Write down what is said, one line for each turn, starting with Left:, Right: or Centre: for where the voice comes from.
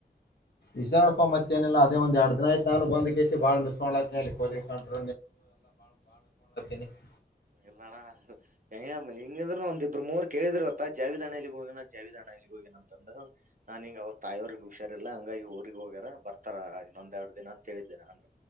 Left: ಇಷ್ಟೇ ನೋಡಪ್ಪ ಮತ್ತೇನಿಲ್ಲ ಅದೇ ಒಂದ ಎರಡು ದಿನ್ ಆಯ್ತಾ ನಾನು ಬಂದಕೆಸಿ ಬಾಳ ಮಿಸ್ ಮಾಡಲಾತನ ಕೋಿಂಗ್ ಸಂಟರ್ <unintelligible>
Right: ಇಲ್ಲಣ. ಎಂಗ್ನ್ ಹೆಂಗಿದ್ರರು ಒಂದಿಬ್ರು ಮೂರ್ ಕೇಳಿದ್ರು ಇವತ್ತ ಜಾವಿದಣ್ಣ ಎಲಿಗ್ ಹೋಗ್ಯಾನ್ ಜಾವಿದಣ್ಣ ಎಲ್ಲಿಗಿ ಹೋಗ್ಯಾನ್ ಅಂತಂದ. ನಾನ್ ಇಂಗ್ ಅವ್ರ ತಾಯಿಯವ್ರಗ್ ಹುಷಾರಿಲ್ಲಾ ಹಂಗಾಗಿ ಈ ಊರಿಗೆ ಹೋಗ್ಯಾರ ಬರ್ತಾರ ಇನ್ನೊಂದೆರಡು ದಿನ ಅಂತ ಹೇಳಿದ್ದೆ ನಾನ್.